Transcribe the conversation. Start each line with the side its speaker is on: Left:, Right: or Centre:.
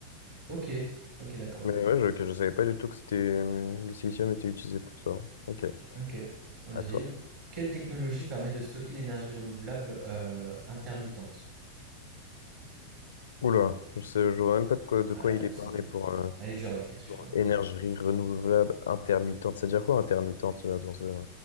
Right: Ok, ok, d'accord.
Left: Mais ouais, je, je savais pas du tout que c'était, le silicium était utilisé pour ça. Ok,
Right: Ok, vas-y.
Left: à toi.
Right: Quelle technologie permet de stocker l'énergie renouvelable euh, intermittente?
Left: Oula, je sais, je vois même pas de quoi, de
Right: Ah,
Left: quoi il
Right: elles
Left: est parlé
Right: sont-
Left: pour, euh,
Right: Elle est dure la question.
Left: pour énergie renouvelable intermittente. ça veut dire quoi intermittente euh, dans ce...